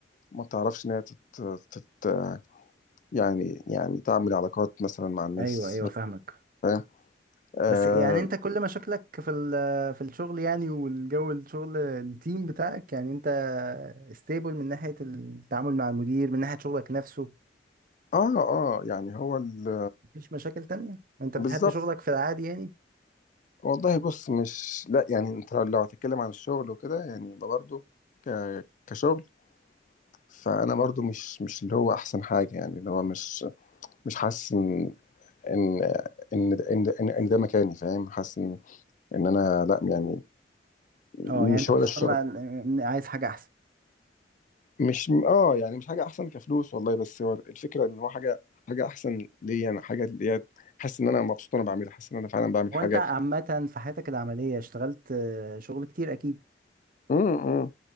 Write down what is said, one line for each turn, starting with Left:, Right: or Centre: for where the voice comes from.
Left: ما بتعرفش ان هي تت... تت... يعني يعني تعمل علاقات مثلا مع الناس
Right: ايوه ايوه فاهمك
Left: فاهم اه
Right: بس يعني انت كل مشاكلك في ال- في الشغل يعني والجو الشغل التيم بتاعك يعني انت ستيبل من ناحية التعامل مع المدير من ناحية شغلك نفسه
Left: اه آه، يعني هو ال...
Right: مفيش مشاكل تانية انت بتحب
Left: بالظبط
Right: شغلك في العادي يعني
Left: والله بص مش لا يعني انت لو لو هتتكلم عن الشغل وكده يعني يبقى برضه ك... كشغل فانا برضه مش مش اللي هو احسن حاجه يعني اللي هو مش مش حاسس ان ان ان ده- ان, ده- إن, إن ده مكاني فاهم حاسس ان ان انا لا يعني
Right: اه
Left: مش
Right: يعني انت بتطلع
Left: هو ده الشغل
Right: ال- عايز حاجة احسن
Left: مش اه يعني مش حاجه احسن كفلوس والله بس هو الفكره ان هو حاجه حاجه احسن ليا انا حاجه اللي هي حاسس ان انا مبسوط وانا بعملها حاسس ان انا فعلا بعمل
Right: وانت
Left: حاجه
Right: عامة في حياتك العملية اشتغلت آه، شغل كتير اكيد
Left: امم